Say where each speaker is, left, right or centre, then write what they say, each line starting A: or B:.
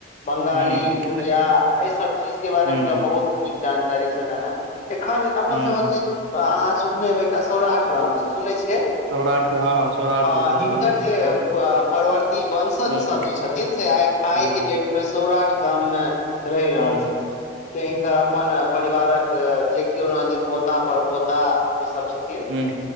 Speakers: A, on the left (about 40°); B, on the right (about 75°).
A: बंगाली
B: हूं
A: उड़िया
B: नहि
A: अइ सब चीजके बारेमे
B: हूं
A: हुनका बहु न जानकारी छलनि हेँ एखन अपन
B: हूं
A: सभक ज अहाँ सुननेब एकटा सौराठ गाम छी सुनै छिय
B: सौराठ हँ सौराठ
A: हँ
B: बाबा
A: हिनकर
B: लगै छै
A: जे
B: हूं
A: परवर्ती बंशत
B: हूं
A: स जे छथिन से आ आइ
B: हूं
A: के डेटमे सौराठ गामम रहि रहल
B: हूं
A: छथिन से हिनकर अप परिवारक जे केओ हथिन पोता पर पोता जे सब छथि
B: हूं